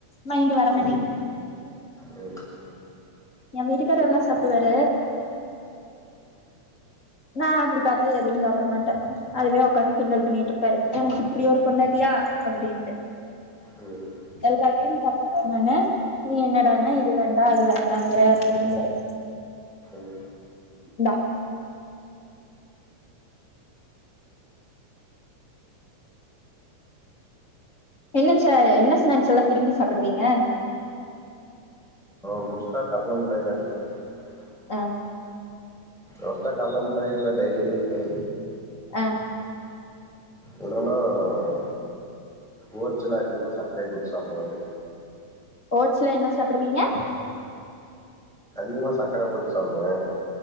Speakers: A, on the left; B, in the centre.
A: மைண்டு வரமாட்டீங்க்து
B: ம் ம் ம்
A: எ வீட்டுக்காரெல்லா சாப்டுவாரு நா அப்படி பாத்தா எதுவு சாப்பிட மாட்டே அதுத உக்காந்து கிண்டல் பண்ணிட்ருப்பாரு எனக்கு இப்டி ஒரு பொன்டாட்டியா அப்புடீன்டு
B: ம் ம்
A: எல்லாத்தையு சாப்புட்றே நானு நீ என்னடானா இது வேண்டா அது வேண்டாங்கற அப்படின்வாரு
B: ம்
A: இந்தா என்ன ச என்ன ஸ்நாக்ஸ் எல்லா விரும்பி சாப்படுவீங்க
B: <unintelligible>
A: அ
B: அத்துட்டா கல்ல முட்டாயி இல்ல டைரி மிக்கு
A: அ
B: இல்லனா அ ஓட்சுல அதிகமா சக்ரய போட்டு சாப்டுவே
A: ஓட்ஸ்ல என்ன சாப்பிடுவீங்க
B: அதிகமா சக்கர போட்டு சாப்டுவே